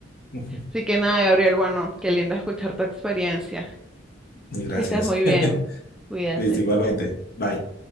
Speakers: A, on the left (about 45°); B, in the centre.
A: <laughs>
B: Así que nada, Gabriel, bueno, qué lindo escuchar tu experiencia.
A: Y gracias.
B: estás muy bien.
A: <laughs>
B: Cuídate.
A: Listo, igualmente. Bye.